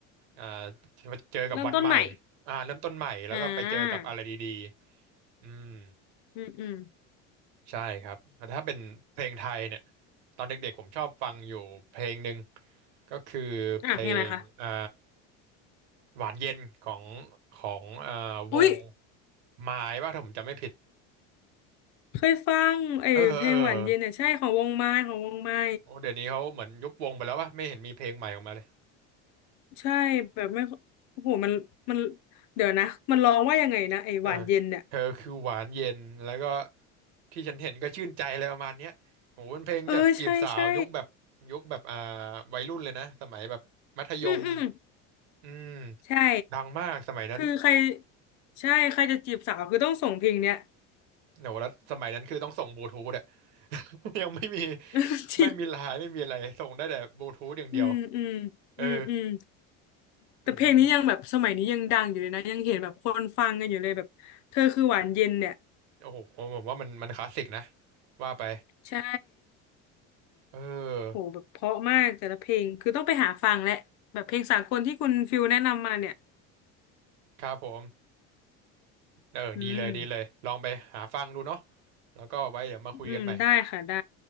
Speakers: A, on the right; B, on the left.
A: อ่าเจอกับวันใหม่
B: เริ่มต้นใหม่
A: อ่าเริ่มต้นใหม่แล้วก็ไปเจอกับอะไรดีๆอืม
B: อ่าอืมอืม
A: ใช่ครับ แต่ถ้าเป็นเพลงไทยเนี่ย ตอนเด็กๆผมชอบฟังอยู่เพลงหนึ่งก็คือเพลงอ่า
B: อ่ะเพลงอะไรคะ
A: หวานเย็นของของอ่าวง
B: อุ๊ย
A: ไม้ว่าถ้าผมจำไม่ผิด
B: เคยฟังไอ้เพลงหวานเย็นเนี่ยใช่ของวงไม้ของวงไม้
A: เออเออโอ้เดี๋ยวนี้เขาเหมือนยุบวงไปแล้วว่าไม่เห็นมีเพลงใหม่ออกมาเลย
B: ใช่แบบไม่โอ้โหมันมันเดี๋ยวนะมันร้องว่ายังไงนะไอ้หวานเย็นเนี่ย
A: อ่าเธอคือหวานเย็น แล้วก็ที่ฉันเห็นก็ชื่นใจเลยประมาณเนี้ยโหเป็นเพลงแบบจีบสาวยุคแบบยุคแบบอ่าวัยรุ่นเลยนะสมัยแบบมัธยม
B: เออใช่ใช่อืมอืม
A: อืม
B: ใช่
A: ดังมากสมัยนั้น
B: คือใครใช่ใครจะจีบสาวคือต้องส่งเพลงเนี้ย
A: โหแล้วสมัยนั้นคือต้องส่งบลูทูธอะ <laughs> ยังไม่มี
B: <laughs> จริง
A: ไม่มีไลน์ไม่มีอะไรส่งได้แต่บลูทูธอย่างเดียว
B: อืมอืมอืมอืม
A: เออ
B: แต่เพลงนี้ยังแบบสมัยนี้ยังดังอยู่เลยนะยังเห็นแบบคนฟังกันอยู่เลยแบบเธอคือหวานเย็นเนี่ย
A: อืมโอ้โหผมว่ามันมันคลาสสิกนะว่าไป
B: ใช่
A: เออ
B: โหแบบเพราะมากแต่ละเพลงคือต้องไปหาฟังแหละแบบเพลงสากลที่คุณฟิลแนะนำมาเนี่ย
A: ครับผมเออดีเลยดีเลยลองไปหาฟังดูเนาะ
B: อืม
A: แล้วก็ไว้เดี๋ยวมาคุยกันใหม่
B: อืมได้ค่ะได้